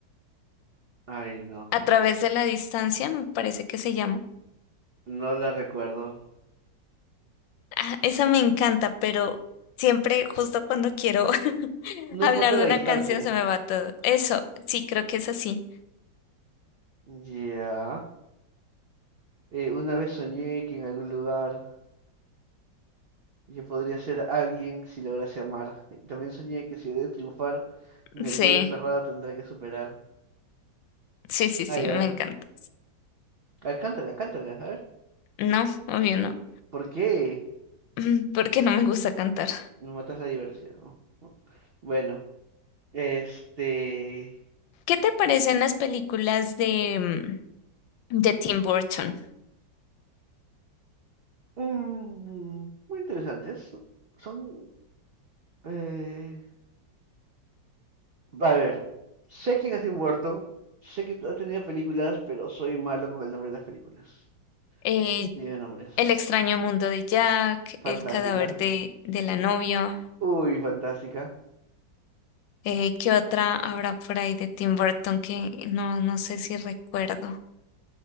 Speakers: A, on the right; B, on the left.
A: Ay, no,
B: A
A: no,
B: través de la distancia, me parece que se llama.
A: no la recuerdo.
B: Ah, Esa me encanta, pero siempre justo cuando quiero <laughs> hablar
A: No importa
B: de
A: la
B: una
A: distancia.
B: canción se me va todo. Eso, sí, creo que es así.
A: Ya. Eh, una vez soñé que en algún lugar yo podría ser alguien si lograse amar. Y También soñé que si he de triunfar, mi
B: Sí,
A: orgullo aferrado tendrá que superar.
B: sí, sí, sí,
A: Ah, ya.
B: me encanta.
A: A ver, cántala, cántala. A ver,
B: No, obvio no,
A: ¿por qué
B: Mm, porque no me gusta cantar.
A: nos matas la diversión? no? No. Bueno, este...
B: ¿Qué te parecen las películas de, mm, de Tim Burton?
A: mm, muy interesantes. Son... eh, A ver, sé quién es Tim Burton, sé que ha tenido películas, pero soy malo con el nombre de las películas.
B: Eh,
A: Dime nombres.
B: El extraño mundo de Jack,
A: Fantástica.
B: El cadáver de, de la novia.
A: Uy, fantástica.
B: Eh, ¿qué otra habrá por ahí de Tim Burton que no, no sé si recuerdo?